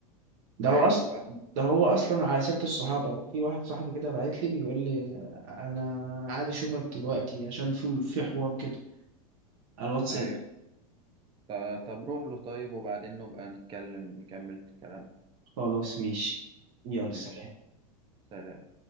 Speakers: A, on the right; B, on the right.
A: ده
B: أيوه
A: هو أصلا ده هو أصلا على سيرة الصحابة وفي واحد صاحبي كده بعت لي بيقول لي آه، أنا عايز أشوفك دلوقتي عشان في في حوار كده على الواتساب
B: أيوه ط- طب روح له طيب وبعدين نبقى نتكلم نكمل الكلام
A: خلاص ماشي يلا
B: ماشي
A: سلام
B: سلام